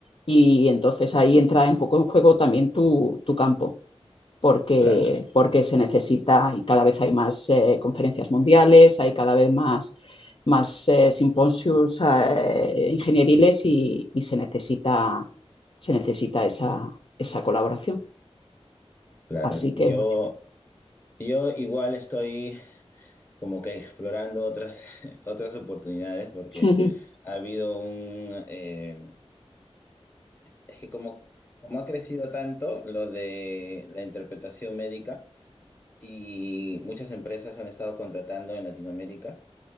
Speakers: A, on the left; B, on the left.
A: Y entonces ahí entra un poco en juego también tu, tu campo, porque,
B: claro,
A: porque se necesita y cada vez hay más eh, conferencias mundiales, hay cada vez más, más eh, simposios eh, ingenieriles y, y se necesita, se necesita esa, esa colaboración.
B: claro.
A: Así que...
B: Yo, yo igual estoy como que explorando otras, <laughs> otras oportunidades porque
A: <laughs>
B: ha habido un... eh, es que como, como ha crecido tanto lo de la interpretación médica y muchas empresas han estado contratando en Latinoamérica.